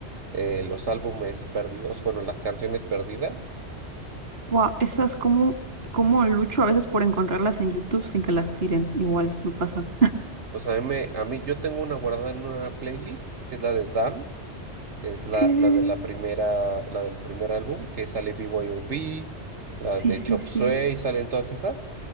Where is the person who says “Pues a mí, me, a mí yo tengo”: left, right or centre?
Right